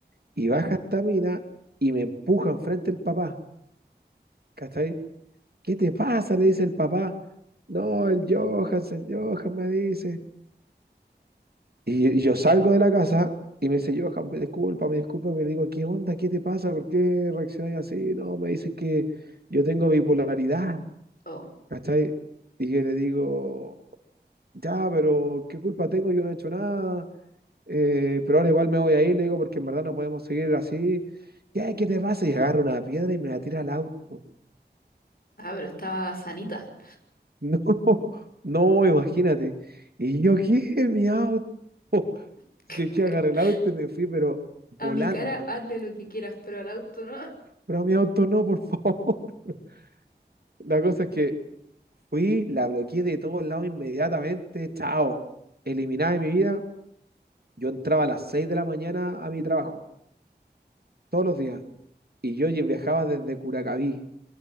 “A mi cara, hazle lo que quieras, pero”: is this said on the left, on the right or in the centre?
Left